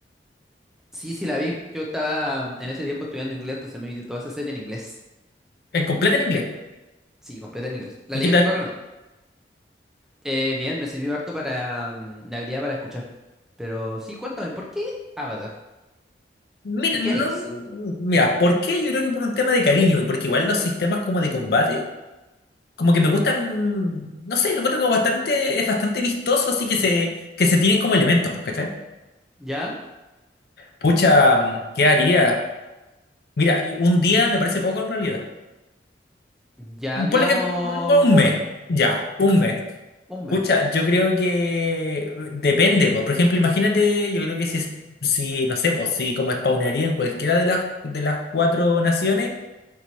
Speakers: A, in the centre; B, on the left.
A: Sí, sí la vi. Yo estaba mm, en ese tiempo estudiando inglés, entonces me vi toda esa serie en inglés.
B: Es completa en inglés.
A: Sí, completa en inglés. La
B: ¿Y
A: leyenda
B: qué tal?
A: de Korra no. Eh, bien, me sirvió harto para mm, la habilidad para escuchar. Pero sí, cuéntame, ¿por qué Avatar?
B: Mira,
A: ¿Y
B: no,
A: qué harías?
B: mira, ¿por qué? Yo creo que por un tema de cariño, y porque igual los sistemas como de combate, como que me gustan, no sé, lo encuentro como bastante, es bastante vistoso, así que se, que se tienen como elementos, pues, ¿cachai?
A: ¿Ya?
B: Pucha, mm, ¿qué haría? Mira, y un día me parece poco en realidad.
A: Ya, digamos,
B: Ponle que mm, un
A: un
B: mes,
A: mes.
B: ya, un mes.
A: Un mes.
B: Pucha, yo creo que depende, po. Por ejemplo, imagínate, yo creo que si, es- si no sé, pues, si como spawnearía en cualquiera de las, de las cuatro naciones.